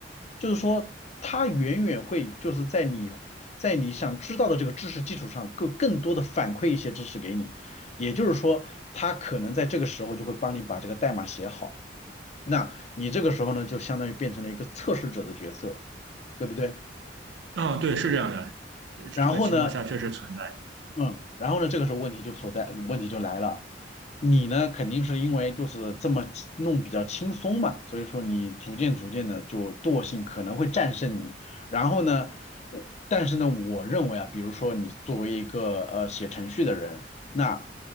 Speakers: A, on the left; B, on the right.
A: 就是说它远远会就是在你在你想知道的这个知识基础上，更更多的反馈一些知识给你。也就是说，它可能在这个时候就会帮你把这个代码写好。那你这个时候呢，就相当于变成了一个测试者的角色，对不对？
B: 嗯，对，是这样的，呃这个情况下确实存在。
A: 然后呢，嗯，然后呢，这个时候问题就所在，问题就来了。你呢，肯定是因为就是这么轻弄比较轻松嘛，所以说你逐渐逐渐的就惰性可能会战胜你。然后呢，我但是呢，我认为啊，比如说你作为一个呃写程序的人，那